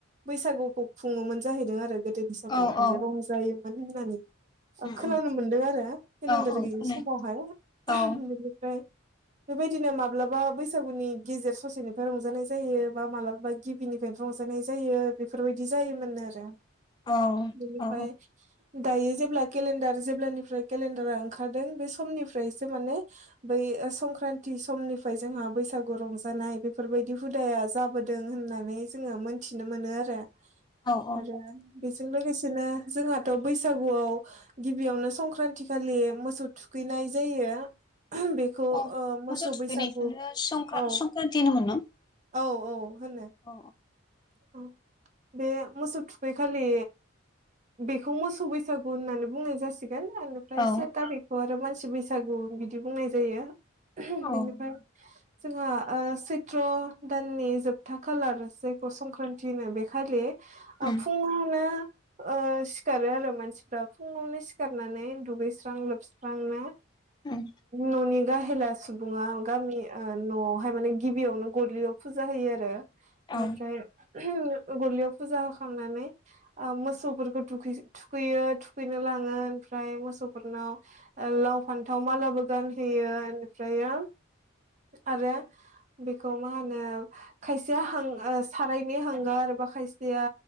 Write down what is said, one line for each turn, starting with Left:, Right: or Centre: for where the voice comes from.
Right: बैसागुखौ खुंङोमोन जाहैदों आरो गोदोनि समाव
Left: औ
Right: माने
Left: औ
Right: रंजायोमोन होननानै
Left: उम
Right: खोनानो
Left: उम
Right: मोनदों आरो केलेन्डार
Left: औ औ
Right: गैयि
Left: खोनायो
Right: समावहाय
Left: औ
Right: बेनिफ्राय बेबायदिनो माब्लाबा बैसागुनि गेजेर ससेनिफ्राय रंजानाय जायो बा माब्लाबा गिबिनिफ्रायनो रंजा जानाय जायो बेफोरबायदि जायोमोन आरो
Left: औ
Right: बेनिफ्राय
Left: औ
Right: दायो जेब्ला केलेन्डार जेब्लानिफ्राय केलेन्डारा ओंखारदों बे समनिफ्रायसो माने बै संक्रान्ति समनिफ्राय जोंहा बैसागु रंजानाय बेफोरबायदि हुदाया जाबोदों होन होननानै जोंङो मोनथिनो मोनो आरो
Left: औ औ
Right: आरो बेजों लोगोसेनो जोंहाथ' बैसागुआव गिबियावनो संक्रान्ति खालि मोसौ थुखैनाय जायो । बेखौ
Left: औ
Right: मोसौ
Left: थुखैनायखौनो
Right: बैसागु
Left: संक्रान
Right: औ
Left: संक्रान्ति होनोमोन न'
Right: औ - औ होनो
Left: औ
Right: औ बे मोसौ थुखैखालि बेखौ मोसौ बैसागु होननानै बुंनाय जासिगोन निफ्राय
Left: औ
Right: से दा बेखौ आरो मानसि बैसागु बिदि बुंनाय जायो।
Left: औ
Right: बेनिफ्राय
Left: उम
Right: जोंहा सैथ्र' दाननि जोबथा खालार जायखौ संक्रान्ति होनो बेखालि
Left: उम
Right: फुङावनो सिखारो आरो मानसिफ्रा फुङावनो सिखारनानै दुगैसां लोब्रांना
Left: उम
Right: न'नि गा हेला सुबुङा गामि न'आवहाय माने गिबियावनो गलियाव फुजा होयो आरो। बेनिफ्राय
Left: औ उम
Right: गलियाव फुजा होखांनानै मोसौफोरखौुथुखैयो थुखैनो लाङो ओमफ्राय मो मोसौफोरनाव लाव फान्थाव मालाबो गानहैयो ओमफ्रयो आरो बेखौ मा होनो खायसेया हां सारायनि हांगार बा खायसेया